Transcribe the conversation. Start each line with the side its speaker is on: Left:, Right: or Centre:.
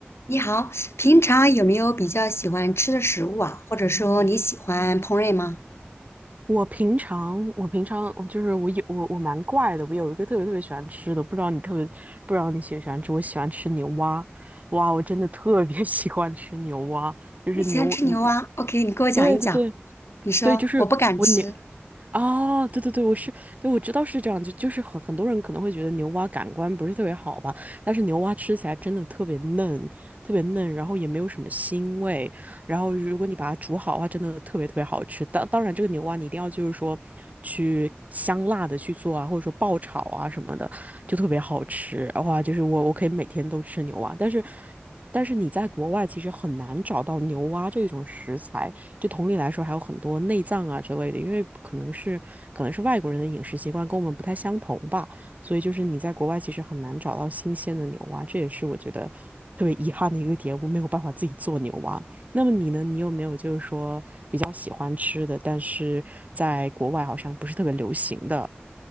Left: 你好，平常有没有比较喜欢吃的食物啊？或者说你喜欢烹饪吗？
Right: 我平常，我平常，我就是我有我我蛮怪的，我有一个特别特别喜欢吃的，不知道你特别不知道你喜不喜欢吃，我喜欢吃牛蛙，哇，我真的特别 <laughs> 喜欢吃牛蛙，就是牛，
Left: 你喜欢吃牛蛙？OK，
Right: 嗯，
Left: 你给我讲一讲。
Right: 对对对
Left: 你说我不敢吃
Right: 对，就是我牛。哦，对对对，我是，对，我知道是这样，子，就是很很多人可能会觉得牛蛙感官不是特别好吧，但是牛蛙吃起来真的特别嫩，特别嫩，然后也没有什么腥味，然后如果你把它煮好的话，真的特别特别好吃。当当然，这个牛蛙你一定要就是说去香辣的去做啊，或者说爆炒啊什么的，就特别好吃。哇，就是我我可以每天都吃牛蛙，但是但是你在国外其实很难找到牛蛙这种食材。就同理来说，还有很多内脏啊之类的，因为可能是可能是外国人的饮食习惯跟我们不太相同吧，所以就是你在国外其实很难找到新鲜的牛蛙，这也是我觉得特别遗憾的一个点，我没有办法自己做牛蛙。那么你呢？你有没有就是说比较喜欢吃的，但是在国外好像不是特别流行的